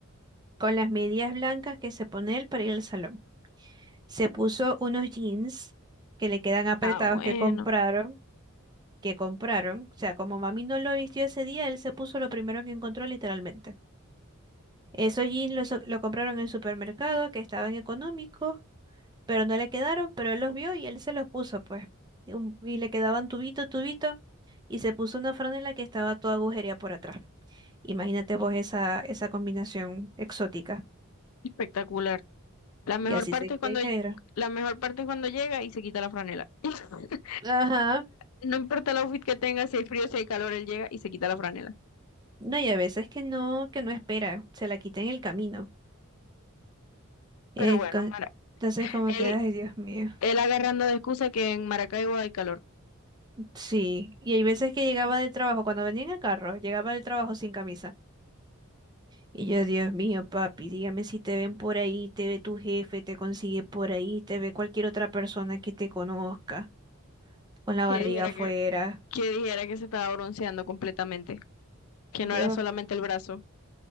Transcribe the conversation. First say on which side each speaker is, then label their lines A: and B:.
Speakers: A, on the right; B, on the left.
A: con las medias blancas que se pone él para ir al salón. Se puso unos jeans que le quedan apretados
B: Ah, bueno,
A: que compraron, que compraron. O sea, como mami no lo vistió ese día, él se puso lo primero que encontró literalmente. Esos jeans los, lo compraron en el supermercado, que estaban económicos, pero no le quedaron, pero él los vio y él se los puso, pues. Y, un- y le quedaban tubito, tubito, y se puso una franela que estaba toda agujería por atrás. Imagínate vos esa, esa combinación exótica.
B: espectacular. La mejor
A: Y así
B: parte
A: se quería
B: es cuando
A: ir.
B: la mejor parte es cuando llega y se quita la franela. <laughs>
A: Ajá.
B: No importa, no importa el outfit que tenga, si hay frío, si hay calor, él llega y se quita la franela.
A: No, y a veces que no, que no espera, se la quita en el camino. Eh,
B: Pero bueno,
A: co-
B: Mara,
A: Entonces como que,
B: él,
A: ay, Dios mío.
B: él agarrando de excusa que en Maracaibo hay calor.
A: Sí, y hay veces que llegaba del trabajo, cuando venía en el carro, llegaba del trabajo sin camisa. Y yo, Dios mío, papi, dígame si te ven por ahí, te ve tu jefe, te consigue por ahí, te ve cualquier otra persona que te conozca, con la
B: Que
A: barriga
B: dijera
A: afuera.
B: que, que dijera que se estaba bronceando completamente, que
A: Dios,
B: no era solamente el brazo.